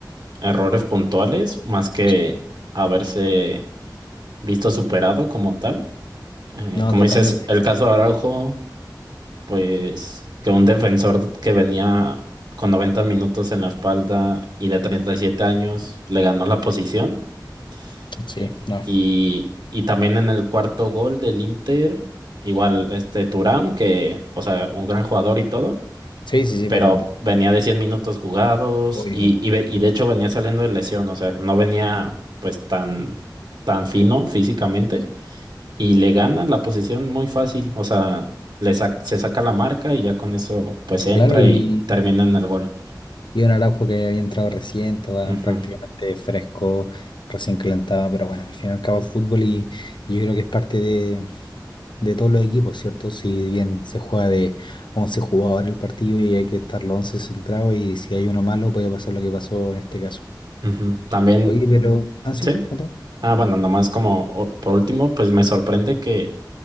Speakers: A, on the right; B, on the left.
A: errores puntuales, más que
B: Sí,
A: haberse visto superado como tal. Eh,
B: no,
A: como
B: totalmente.
A: dices, el caso de Araujo, pues que un defensor que venía con 90 minutos en la espalda y de 37 años le ganó la posición,
B: Sí,
A: Eh,
B: no.
A: Y, y también en el cuarto gol del Inter, igual este Thuram, que, o sea, un gran jugador y todo,
B: Sí, sí, sí,
A: pero
B: pero
A: venía de 100 minutos jugados
B: obvio.
A: y, y, ve- y de hecho venía saliendo de lesión, o sea, no venía pues tan, tan fino físicamente y le gana la posición muy fácil, o sea, le sac- se saca la marca y ya con eso pues entra
B: Claro, y,
A: y termina en el gol.
B: y un Araujo que había entrado recién, estaba
A: Ujú,
B: prácticamente fresco, recién calentado, pero bueno, al fin y al cabo es fútbol y, y yo creo que es parte de, de todos los equipos, ¿cierto? Si bien se juega de 11 jugadores el partido y hay que estar los 11 centrados y si hay uno malo puede pasar lo que pasó en este caso.
A: ujú. También,
B: Oye, pero... Ah, sí,
A: sí.
B: otra.
A: Ah, bueno, nomás como o- por último, pues me sorprende que